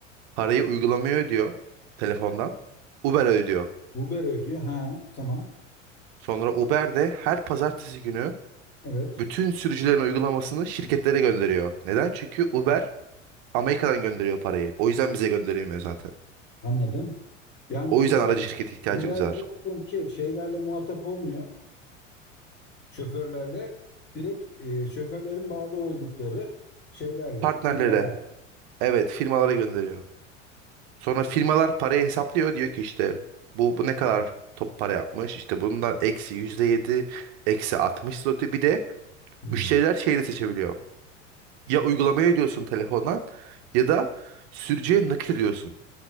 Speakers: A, on the right; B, on the left.
A: parayı uygulamaya ödüyor telefondan. Uber ödüyor.
B: Uber ödüyor. Ha tamam.
A: Sonra Uber de her pazartesi günü
B: Evet
A: bütün sürücülerin uygulamasını şirketlere gönderiyor. Neden? Çünkü Uber Amerika'dan gönderiyor parayı. O yüzden bize gönderemiyor zaten.
B: anladım. Yani
A: O
B: Uber
A: yüzden aracı şirketi ihtiyacımız
B: Uber
A: var.
B: diyorsun ki şeylerle muhatap olmuyor. Şoförlerle direkt e, şoförlerin bağlı oldukları şeylerle
A: Partnerlere,
B: firmalar.
A: evet firmalara gönderiyor. Sonra firmalar parayı hesaplıyor. Diyor ki işte bu, bu ne kadar top para yapmış. İşte bundan eksi yüzde yedi eksi 60 slotu. Bir de
B: Hmm,
A: müşteriler şeyi de seçebiliyor. Ya uygulamaya ödüyorsun telefondan ya da sürücüye nakit ediyorsun